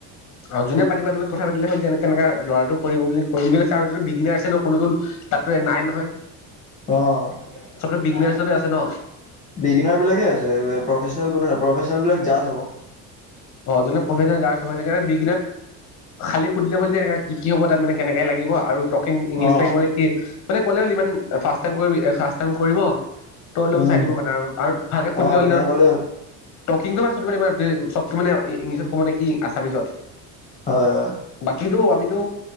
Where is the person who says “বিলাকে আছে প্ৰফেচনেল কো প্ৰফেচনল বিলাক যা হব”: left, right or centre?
Left